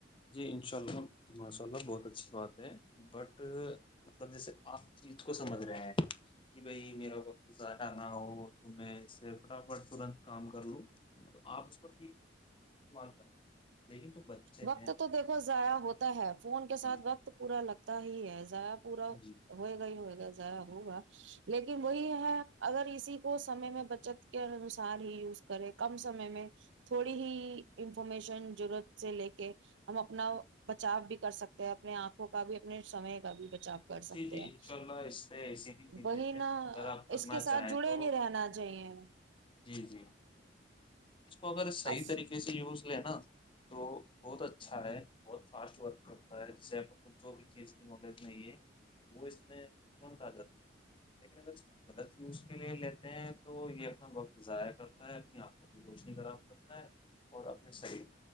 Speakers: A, on the left; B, on the right.
A: جی انشاء اللہ ماشاء اللہ بہت اچھی بات ہے بٹ۔۔ مطلب جیسے آپ چیز کو سمجھ رہے ہیں۔ کہ بھائی میرا وقت زیادہ نہ ہو تو میں اس سے فٹافٹ ترنت کام کر لوں تو آپ اس کو ٹھیک استعمال کر رہ۔۔ لیکن جو بچے
B: وقت
A: ہیں۔۔
B: دیکھو ضائع ہوتا ہے فون کے ساتھ
A: جی
B: وقت پورا لگتا۔۔۔ تا ہی ہے۔۔ ضائع پورا
A: جی
B: ہوئے گا ہی ہوئے گا۔۔ ہوگا لیکن وہی ہے اگر اسی کو سمے میں بچت کے انوسار ہی یوز کرے کم سمے میں تھوڑی ہی انفارمیشن ضرورت سے لے کے ہم اپنا بچاؤ بھی کر سکتے ہیں اپنے آنکھوں کا بھی اپنے سمئے کا بھی بچاؤ کر
A: جی
B: سکتے
A: جی
B: ہیں
A: انشاء اللہ اس پہ ایسی بھی چیزیں
B: وہی نا
A: ہیں اگر آپ کرنا
B: اس کے ساتھ
A: چاہیں
B: جڑے
A: تو
B: نہیں رہنا چاہیے
A: جی جی اس کو اگر صحیح
B: اب
A: طریقے سے یوز ل نا تو بہت اچھا ہے بہت فاسٹ ورک کرتا ہے جسے جو بھی چیز کی نالج نہیں ہے وہ اس میں ترنت آ جاتی ہے لیکن اگر غلط نیوز کے لیے لیتے ہیں تو یہ اپنا وقت ضائع کرتا ہے اپنی آکھ روشنی کا ر رتا ہے اور اپنے سری